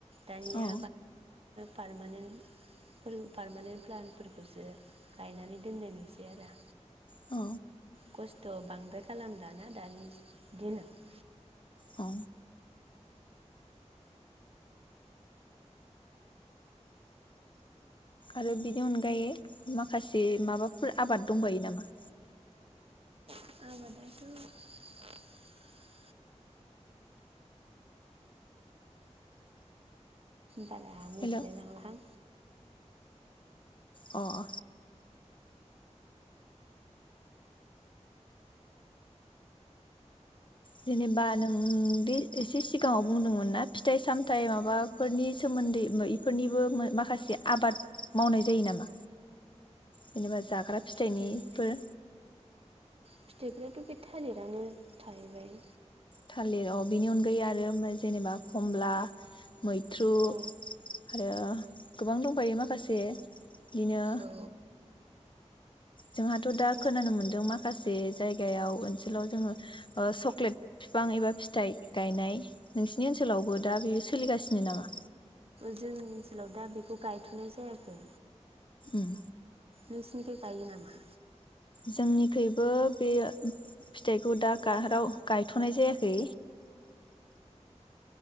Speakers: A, on the right (about 50°); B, on the left (about 40°).
A: दानिया
B: औ
A: पारमानेन्ट पारमानेन्ट प्लान फोरफोरखौसो गायनानै दोननाय नुसै आरो।
B: औ।
A: खस्थ' बांद्राय खालामलाना दानि दिनाव।
B: औ। आरो बिनि अनगायै माखासे माबाफोर आबाद दंबायो नामा?
A: आबादाथ' बारा मिथिलाय
B: हेल' अ
A: लांलाहां।
B: अह। जेनेबा नों बे एसे सिगाङाव बुंदोंमोन ना फिथाइ-सामथाइ माबाफोरनि सोमोन्दै बेफोरनिबो माखासे आबाद मावनाय जायो नामा जेनेबा जा। जाग्रा
A: फिथाइ
B: फिथाइनिफोर
A: फिथाइफ्राथ' बे थालिरानो थाहैबाय।
B: थालिर अह बिनि अनगायै आरो जेनेबा खमला मैथ्रु
A: औ
B: आरो गोबां दंबायो माखासे बिदिनो
A: औ
B: जोंहाथ'
A: खिन्थु
B: दा खोनानो मोनदों माखासे जायगायाव ओनसोलाव जोङो सक्लेट बिफां एबा फिथाइ गायनाय नोंसिनि ओनसोलावबो दा बेयो सोलिगासिनो नामा?
A: जोंनि ओनसोलाव दा बेखौ गायथ'नाय जायाखै।
B: ओम
A: नोंसिनिखौ गायो नामा?
B: जोंनिखैबो बेयो फिथाइखौ दा गाहाराव गायथ'नाय जायाखै।